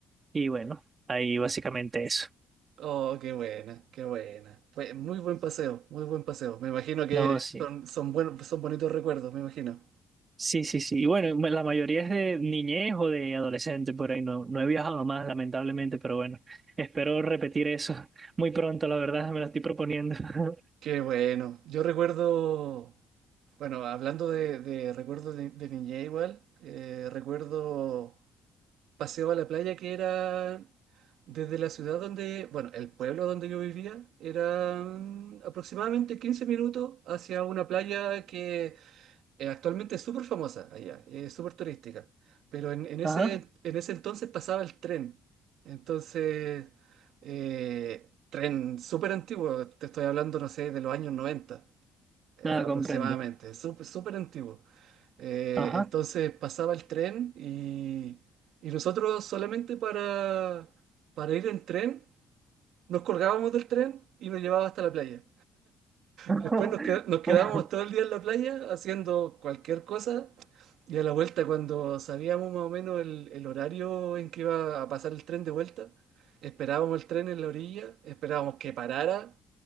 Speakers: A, on the right; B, on the right.
A: y bueno, ahí básicamente eso.
B: Oh, qué buena, qué buena. Fue muy buen paseo, muy buen paseo. Me imagino que
A: No, sí.
B: son, son buenos, son bonitos recuerdos, me imagino.
A: Sí, sí, sí. Y bueno, la mayoría es de niñez o de adolescente por ahí. No, no he viajado más, lamentablemente, pero bueno, espero repetir eso <laughs> muy pronto, la verdad, me lo estoy proponiendo. <laughs>
B: Qué bueno. Yo recuerdo, bueno, hablando de, de recuerdos de, de niñez igual, eh, recuerdo paseo a la playa que era desde la ciudad donde, bueno, el pueblo donde yo vivía, eran aproximadamente 15 minutos hacia una playa que eh, actualmente es súper famosa allá, es súper turística, pero en, en ese,
A: Ajá,
B: en ese entonces pasaba el tren. Entonces, eh, tren súper antiguo, te estoy hablando, no sé, de los años 90 eh,
A: nada,
B: aproximadamente,
A: comprendo.
B: súper súper antiguo. Eh,
A: Ajá.
B: entonces pasaba el tren y, y nosotros solamente para, para ir en tren nos colgábamos del tren y nos llevaba hasta la playa.
A: <laughs>
B: Después nos, qued- nos quedábamos todo el día en la playa haciendo cualquier cosa y a la vuelta cuando sabíamos más o menos el, el horario en que iba a pasar el tren de vuelta, esperábamos el tren en la orilla, esperábamos que parara,